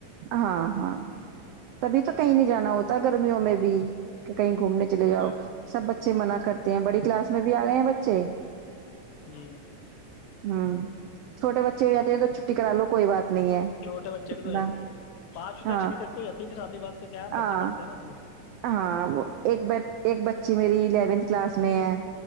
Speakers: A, on the right; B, on the left.
A: ہاں ہاں تبھی
B: جی
A: تو کہیں نہیں جانا ہوتا گرمیوں میں بھی کہیں گھومنے چلے
B: وہ
A: جاؤ
B: تو ہے
A: سب بچے منا کر کرتے ہیں بڑی کلاس میں بھی آ گئے ہیں بچے
B: جی
A: ہوں چھوٹے بچے اے ہو جاتے ہیں تو چھٹی کرا لو کوئی بات نہیں ہے
B: چھوٹے بچے
A: اتنا
B: کی تو ہو جاتی ہے پانچویں تک
A: ہاں
B: چھٹی تک تو ہو جاتی ہے پھر ساتویں بات تو کیا ہے بچے
A: ہاں
B: پڑھتے ہیں نا اس لیے
A: ہاں ایک ایک بچی میری الیونتھ کلاس میں ہے